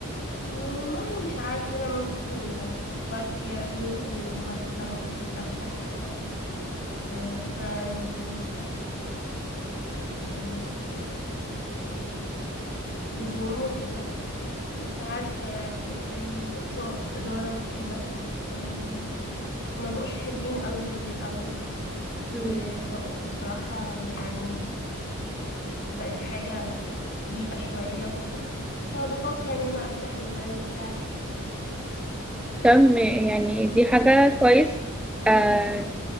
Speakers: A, on the left; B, in the centre.
A: والله مش عارفة أنا ممكن فكرت يعني إني مثلا ممكن أفتح آه، براند آه، آه، هدوم وكده انت عارفة يعني زي سو- زارا وكده آه، ما بقوش حلوين قوي زي الأول وبقوا
B: مم.
A: بصراحة يعني بقت حاجة بيئة شوية وكده فبفكر ان انا افتح البراند بتاعتي
B: تم يعني دي حاجة كويسة آه